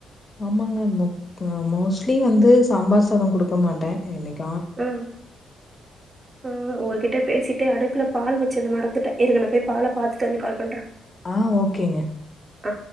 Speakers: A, on the left; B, on the right.
A: ஆமாங்க முப் மோஸ்ட்லி வந்து சாம்பார் சாதோ குடுக்க மாட்டே என்னைக்
B: ம் ம் உங்ககிட்ட பேசிட்டே அடுப்புலா பால் வச்சது மறந்துட்டே இருங்க நா போய் பால பாத்துட்டு வந்து கால் பண்ற
A: ஆ ஓகேங்க
B: ஆ